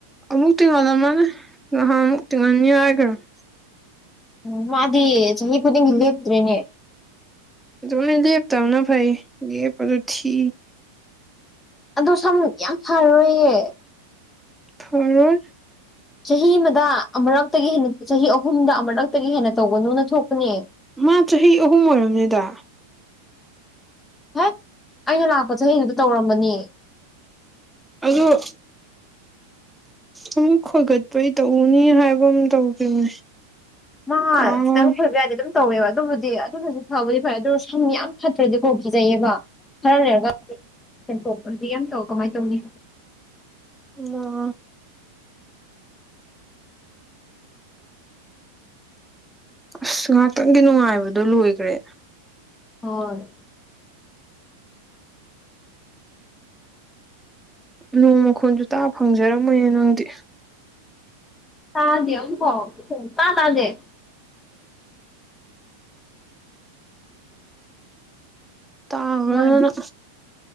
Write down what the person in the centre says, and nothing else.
ꯑꯃꯨꯛ ꯇꯤꯡꯍꯜꯂꯝꯃꯅꯤ ꯉꯍꯥꯛ ꯑꯃꯨꯛ ꯇꯤꯡꯍꯟꯅꯤ ꯍꯥꯏꯈ꯭ꯔꯕꯅꯦ
ꯑꯗꯨꯃꯥꯏꯅ ꯂꯦꯞꯇꯕꯅ ꯐꯩ ꯂꯦꯞꯄꯗꯨ ꯊꯤ
ꯐꯔꯣꯏ
ꯃꯥ ꯆꯍꯤ ꯑꯍꯨꯝ ꯑꯣꯏꯔꯝꯅꯤꯗ
ꯑꯗꯨꯗꯣ ꯑꯃꯨꯛ ꯈꯣꯏꯒꯠꯄꯩ ꯇꯧꯅꯤ ꯍꯥꯏꯕ ꯑꯃ ꯇꯧꯈꯤꯕꯅꯦ
ꯀꯥꯎ
ꯎꯝ ꯑꯁ ꯉꯥꯏꯍꯥꯛꯇꯪꯒꯤ ꯅꯨꯡꯉꯥꯏꯕꯗꯨꯣ ꯂꯣꯏꯈ꯭ꯔꯦ
ꯅꯣꯡ ꯃꯈꯣꯟꯁꯨ ꯇꯥ ꯐꯪꯖꯔꯝꯃꯣꯏꯌꯦ ꯅꯪꯗꯤ
ꯇꯥꯎꯔꯅ